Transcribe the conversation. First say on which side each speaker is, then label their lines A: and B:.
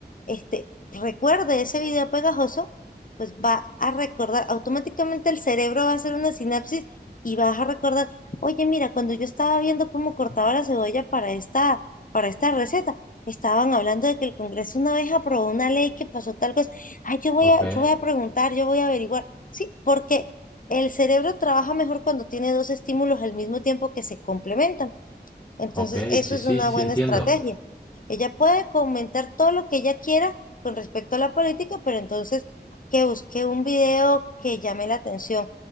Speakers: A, on the left (about 50°); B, on the left (about 20°).
A: este, recuerde ese video pegajoso, pues va a recordar, automáticamente el cerebro va a hacer una sinapsis y vas a recordar, oye, mira, cuando yo estaba viendo cómo cortaba la cebolla para esta, para esta receta, estaban hablando de que el Congreso una vez aprobó una ley que pasó tal cosa, ay, yo voy
B: Ok,
A: a, yo voy a preguntar, yo voy a averiguar, sí, porque el cerebro trabaja mejor cuando tiene dos estímulos al mismo tiempo que se complementan. Entonces,
B: ok,
A: eso
B: sí,
A: es
B: sí,
A: una
B: sí
A: buena
B: entiendo.
A: estrategia. Ella puede comentar todo lo que ella quiera con respecto a la política, pero entonces que busque un video que llame la atención.